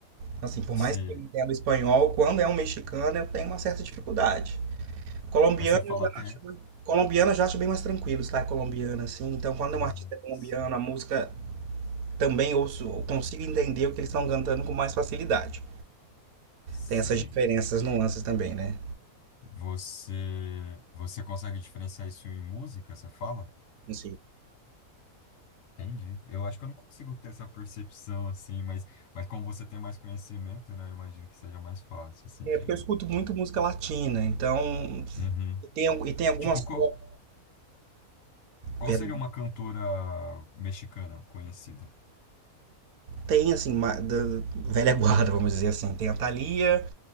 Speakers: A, on the right; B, on the left.
A: Assim, por mais
B: Sim.
A: que eu entenda o espanhol, quando é um mexicano eu tenho uma certa dificuldade. Colombiano
B: Mas você fala
A: eu já
B: até.
A: acho, mais- colombiano eu já acho bem mais tranquilo, tá? Colombiano, assim. Então, quando
B: Ah,
A: é um artista colombiano,
B: sim.
A: a música também ouço, eu consigo entender o que eles estão cantando com mais facilidade.
B: Sei.
A: Tem essas diferenças, nuances também, né?
B: Você. Você consegue diferenciar isso em música, você fala?
A: Não
B: Entendi. Eu acho que eu não consigo ter essa percepção, assim, mas, mas como você tem mais conhecimento, né? Eu imagino que seja mais fácil, assim,
A: É
B: de.
A: porque eu escuto muito música latina, então.
B: Uhum.
A: E tem, al- e tem algumas.
B: Tipo,
A: co-
B: qual, qual
A: Pera,
B: seria uma cantora mexicana conhecida?
A: tem, assim, ma- da velha guarda, vamos dizer assim. Tem a Thalia.